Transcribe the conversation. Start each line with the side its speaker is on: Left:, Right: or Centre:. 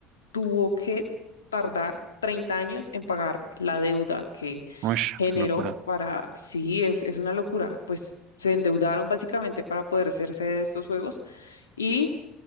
Left: tuvo que tardar 30 años en pagar la deuda que
Right: Uy,
Left: generó
Right: qué locura.
Left: para, sí, es, es una locura, pues se endeudaron básicamente para poder hacerse de estos juegos y